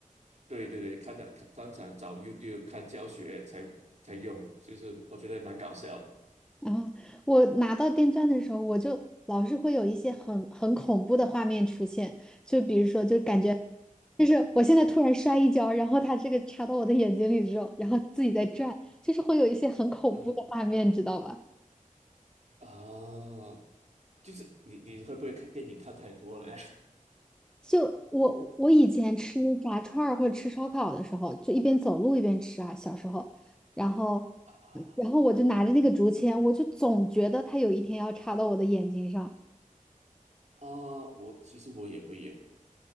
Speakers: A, on the right; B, in the centre.
A: 对对对，看了看当场找 YouTube 看教学才才用，就是我觉得蛮搞笑的，
B: 啊，我拿到电钻的时候，我就老是会有一些很很恐怖的画面出现，就比如说，就感觉就是我现在突然摔一跤，然后它这个插到我的眼睛里之后，然后自己在转，就是会有一些很恐怖的画面，
A: <laughs> 嗯哼
B: 知道吧？
A: 啊，就是你你会不会看电影看太多了呀？
B: 就我我以前吃炸串儿或者吃烧烤的时候，就一边走路一边吃啊，小时候，然后
A: <laughs> 啊，
B: 然后我就拿着那个竹签，我就总觉得它有一天要插到我的眼睛上。
A: 啊，我其实我也会有诶。